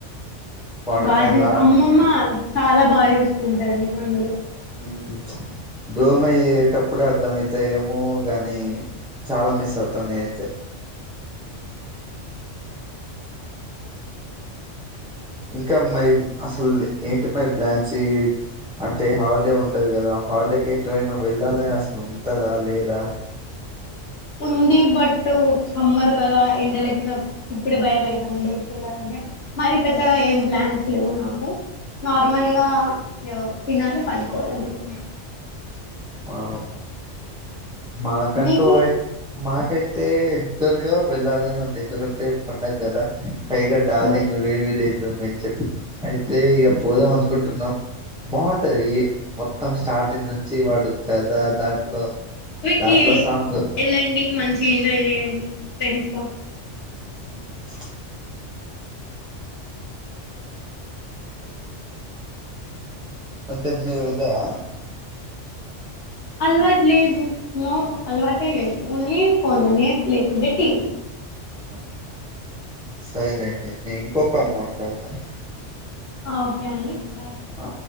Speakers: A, in the centre; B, on the left.
A: వాడకంలా
B: బాజుసి అమ్మెమ్మా చాలా బాగా ఇరుసుకుంటంది అందులో
A: మ్మ్ దూరం అయ్యేటప్పుడే అర్ధం అయితాయ్, ఏమో గాని చాలా మిస్ అవుతాను నే అయితే ఇంకా మై అసలు ఏంటి మై ప్లాన్స్, ఇ అంటే హాలిడే ఉంటది. కదా హాలిడేకి ఎట్ట్ వైనా వెళ్ళాలే అసలు ఉంటదా, లేదా
B: ఉంది. బట్ సమ్మర్ కదా ఎండలకి నక్ ఇప్పుడే భయం అయితంది. బయటికి వెళ్ళాలంటే మరీ పెద్దగా ఏం ప్లాన్స్ లేవు. నాకు నార్మల్గా తన్నాల పం కోలంపు
A: ఆఓ మాహకయి
B: మీకు
A: మాహకాయి అయితే ఎగ్జాక్ట్ గా వెళ్ళాలనే ఉంది ఎందుకంటే ఉండదు కదా పైగా డాలింగ్
B: అవును
A: వేవ లేదు మీరు చెప్ప అయితే ఇక పోదాం అనుకుంటున్నాం బాగుంటది మొత్తం స్టార్టింగ్ నుంచి వాడు కదా దాంట్లో దాంట్లో
B: కి
A: సాంగ్
B: వెళ్ళండి మంచిగా ఎంజాయ్ చేయండి ఫ్రెండ్స్ తో
A: హ్మ్ అంటే మీ వెళ్ళయా
B: అలవాటు లేదు నో అలవాటే లేదు ఓన్లీ ఫోన్లోనే లేకుద్దే టీవ
A: ఆఓహ సరే అండి నేను ఇంకొక అనమాట బహతర్
B: ఓకే అండి బాయ్
A: ఆ